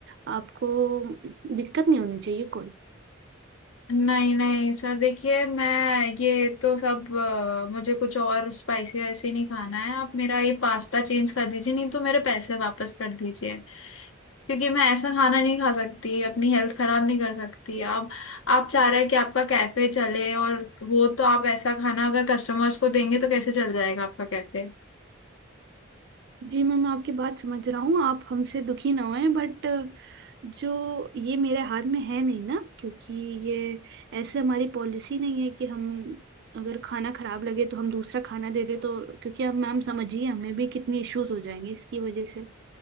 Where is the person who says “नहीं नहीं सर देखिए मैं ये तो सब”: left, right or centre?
Left